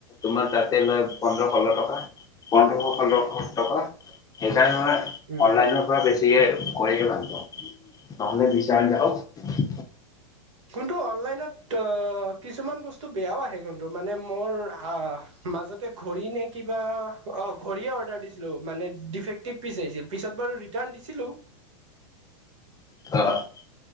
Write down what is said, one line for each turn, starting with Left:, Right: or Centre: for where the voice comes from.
Left: তোমাৰ তাতে লয় পোন্ধৰ ষোল টকা পোন্ধৰশ ষোল্লশ টকা। সেইকাৰণে মই
Right: উম
Left: অনলাইনৰ পৰা বেছি- দিএ কৈ কিমান নহলে বিচাল যাওক।
Right: কোনটো অনলাইনত কিছুমান বস্তু বেয়াও আহে কোনটো মানে মোৰ আহ- মাজতে ঘড়ী নে কিবা অ ঘড়ীয়ে অৰ্ডাৰ দিছিলো মানে দিফেক- টিপ পিছ আহিছিল পিছত বাৰু ৰিটাৰ্ণ দিছিলো।
Left: অঁ অ'